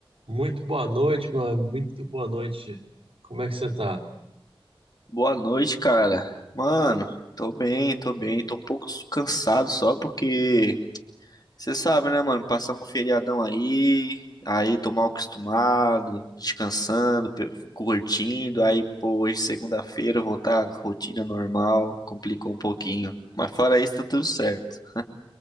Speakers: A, on the right (about 80°); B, on the left (about 45°).
A: Muito boa noite, mano. Muito boa noite. Como é que você tá?
B: Boa noite, cara. Mano, tô bem, tô bem. Tô um pouco cansado só porque você sabe, né, mano? Passamos um feriadão aí, aí tô mal acostumado, descansando, pe- curtindo. Aí, pô, hoje é segunda-feira voltar à rotina normal, complicou um pouquinho. Mas fora isso, tá tudo certo.